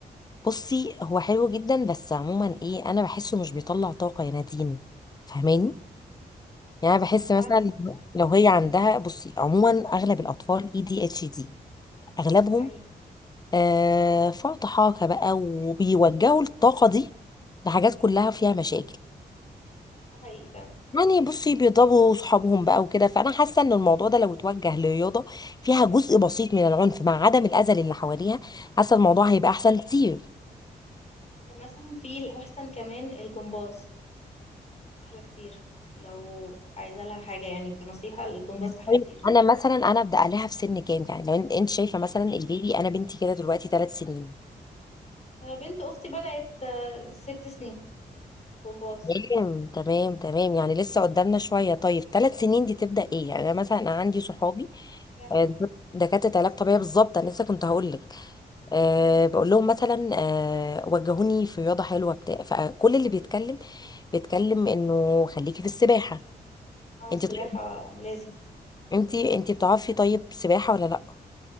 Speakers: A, on the left (about 20°); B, on the left (about 35°).
A: بصي هو حلو جدا بس عموما ايه انا بحسه مش بيطلع طاقه يا نادين فاهماني يعني أنا بحس
B: لا بالعكس
A: مثلا لو لو هي عندها بصي عموما اغلب الاطفال اي دي اتش دي اغلبهم
B: ده حقيقي
A: آه فرط حاجه بقى وبيوجهوا الطاقه دي لحاجات كلها فيها مشاكل
B: ده حقيقي فعلا
A: يعني بصي بيضربوا صحابهم بقى وكده فانا حاسه ان الموضوع ده لو اتوجه لرياضه فيها جزء بسيط من العنف مع عدم الاذى اللي حواليها حاسه الموضوع هيبقى احسن كتير
B: طب مثلا في الأحسن كمان الجمباز أحلى كتير لو عايزة لها حاجة يعني كنصيحة الجمباز
A: مم.
B: أحلى
A: طيب
B: كتير
A: انا مثلا انا ابدا عليها في سن كام يعني لو انت شايفه مثلا البيبي انا بنتي كده دلوقتي ثلاث سنين
B: أنا بنت أختي بدأت آه، ست سنين جمباز
A: تمام تمام تمام يعني لسه قدامنا شوية طيب ثلاث سنين دي تبدأ ايه يعني انا مثلا انا عندي صحابي
B: سباحة
A: آه، دكاترة علاج طبيعي بالظبط انا لسه كنت هقول لك أه بقول لهم مثلا أه وجهوني في رياضة حلوة بتاع فكل اللي بيتكلم بيتكلم انه خليكي في السباحة
B: اه السباحة
A: انت طيب
B: لازم
A: انت انت بتعرفي طيب سباحة ولا لا